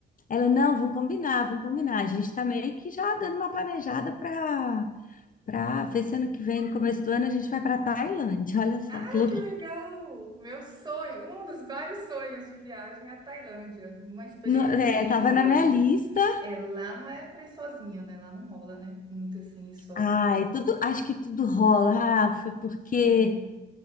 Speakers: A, on the left; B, on the right.
A: Ela, não, vamos combinar, vamos combinar. A gente tá meio que já dando uma planejada para para ver se ano que vem, no começo do ano, a gente vai para Tailândia. <laughs> Olha só
B: Ah,
A: que loucura.
B: que legal! Meu sonho, um dos vários sonhos de viagem é a Tailândia. Uma experiência
A: No- é,
B: incrível.
A: tava na minha lista.
B: É, lá não é pra ir sozinha, né? Lá não rola, né? Muito assim, ir só,
A: Ai,
B: né?
A: tudo, acho que tudo rola, Rafa, porque
B: Sério.